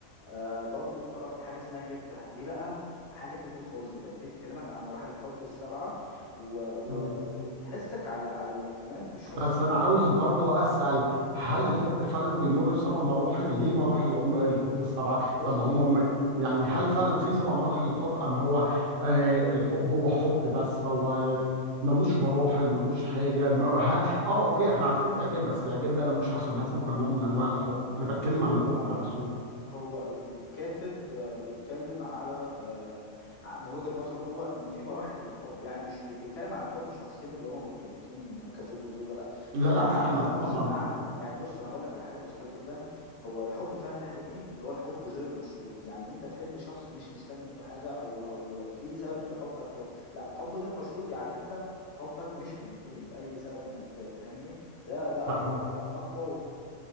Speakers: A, on the left; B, on the right.
A: آه، برضو قرأت حاجة اسمها هبتة دي بقى حاجة تانية خالص بجد دي بتكلمك عن مراحل الحب السبعة و... و...
B: تمام
A: وبتحسك على على الاهتمام بالشخص
B: بس
A: اللي
B: انا
A: أنت
B: عاوز برضو اسال هل الحب فعلا بيمر بسبع مراحل ليه مراحل عم- الحب السبعه
A: بص
B: طب ما هم م- يعني
A: اه
B: هل فعلا في سبع مراحل للحب ام هو آه الحب هو حب بس هو ملوش مراحل ملوش حاجه ما- هل اه اوكي احنا عارفين الاعجاب بس الاعجاب ده انا مش هصنفه كنوع من انواع الحب انا بتكلم
A: هو
B: عن الحب نفسه
A: هو ال- الكاتب آه، بيتكلم على آه، ع- من وجهة نظره هو ان في مراحل للحب يعني مش مش بيتكلم عن الحب شخصين اللي هما مرتبطين كزوج وزوجة لا
B: لا
A: بيتكلم
B: لا فاهمك
A: عن الحب
B: طبعا
A: بصفة عامة يعني بص انا هقول لك على حاجة بسيطة جدا هو الحب فعلا حقيقي اللي هو الحب غير المشروط يعني ان انت تحب شخص ومش مستني منه حاجة او او في سبب لحبك له لا حب غير مشروط يعني انت حبك مش هينتهي بأي سبب من اسباب فاهمني ده ده
B: فاهمك
A: اقوى اقوى